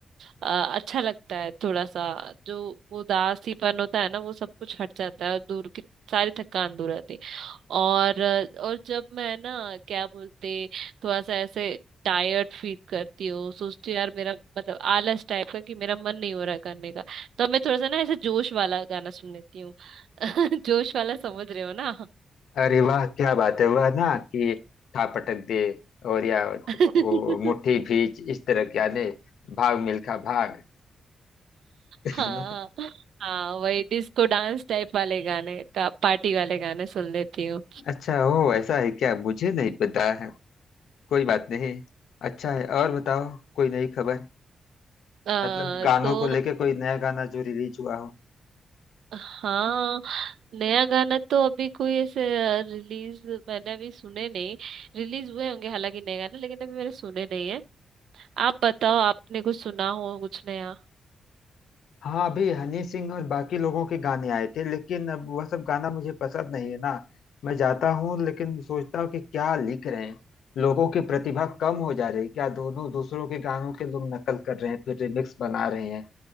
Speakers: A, on the right; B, on the left.
A: अ, अ, अच्छा लगता है थोड़ा सा जो उदासीपन होता है ना वो सब कुछ हट जाता है और दूर की सारी थकान दूर रहती है और और जब मैं ना क्या बोलते थोड़ा सा ऐसे टायर्ड फील करती हूँ सोचती हूँ यार मेरा मतलब आलस टाइप का कि मेरा मन नहीं हो रहा करने का तब मैं थोड़ा सा ना ऐसे जोश वाला गाना सुन लेती हूँ <laughs> जोश वाला समझ रहे हो ना
B: अरे वाह क्या बात है वह ना कि उठा पटक दे और या
A: <laughs>
B: वो मुट्ठी भींच इस तरह के आने भाग मिल्खा भाग <laughs>
A: हाँ हाँ वही डिस्को डांस टाइप वाले गाने का पार्टी वाले गाने सुन लेती हूँ
B: अच्छा हो ऐसा है क्या मुझे नहीं पता कोई बात नहीं अच्छा है और बताओ कोई नई खबर
A: अ,
B: मतलब गानों
A: तो
B: को लेके कोई नया गाना जो रिलीज हुआ हो
A: हाँ नया गाना तो अभी कोई ऐसे रिलीज मैंने अभी सुने नहीं रिलीज हुए होंगे हालांकि नए गाने लेकिन अभी मैंने सुने नहीं है आप बताओ आपने कुछ सुना हो कुछ नया
B: हाँ अभी हनी सिंह और बाकी लोगों के गाने आए थे लेकिन अब वह सब गाना मुझे पसंद नहीं है ना मैं जाता हूँ लेकिन सोचता हूँ कि क्या लिख रहे हैं लोगों की प्रतिभा कम हो जा रही है क्या दोनों दूसरों के गानों के लोग नकल कर रहे हैं फिर रिमिक्स बना रहे हैं